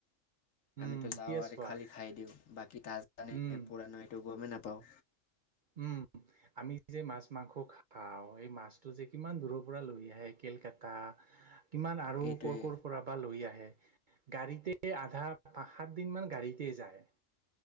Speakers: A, on the right; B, on the left.
A: উম
B: টো যাওঁ
A: এতিয়া
B: আৰু
A: চোৱা
B: খালী খাই দিওঁ বাকী তাজানে
A: উম
B: পুৰনা সেইটো গমেই নাপাওঁ।
A: উম, আমি যে মাছ মাংস খাওঁ এই মাছটো যে কিমান দূৰৰ পৰা লৈ আহে। কেলকাতা কিমান আৰু
B: এইটোৱে
A: কৰ ক'ৰ পৰা বা লৈ আহে। গাড়ীতে আধা পাঁ সাত দিন মান গাড়ীতে যায়।